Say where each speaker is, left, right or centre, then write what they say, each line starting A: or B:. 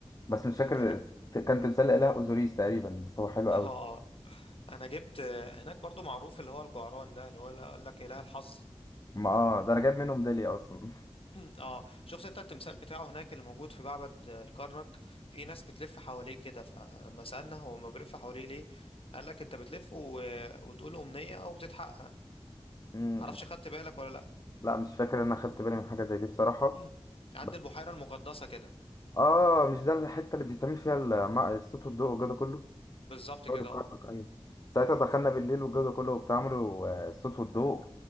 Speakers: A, on the left (about 35°); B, on the left (about 60°).
A: بس مش فاكر
B: انا
A: كان تمثال
B: م.
A: الإله أوزوريس تقريبا بس هو حلو
B: اه
A: قوي
B: انا جبت هناك برضو معروف اللي هو الجعران ده اللي هو اللي قال لك اله الحظ
A: ما اه ده انا جايب منه ميدالية اصلا
B: <clears throat> اه شفت انت التمثال بتاعه هناك اللي موجود في معبد آه، الكرنك في ناس بتلف حواليه كده فلما سألنا هو ما بيلف حواليه ليه قال لك انت بتلف و... وتقول أمنية وبتتحقق
A: مم.
B: معرفش خدت بالك ولا لا
A: لا مش فاكر ان انا خدت بالي من حاجة زي دي بصراحة
B: <clears throat> عند
A: بس
B: البحيرة المقدسة كده
A: اه مش ده الحتة اللي بيتعمل فيها الم- الصوت
B: مم.
A: والضوء والجو ده كله
B: بالظبط
A: جودة
B: كده
A: الكرنك
B: اه
A: ايوه ساعتها
B: مم.
A: دخلنا بالليل والجو ده كله وبتعملوا آه، الصوت والضوء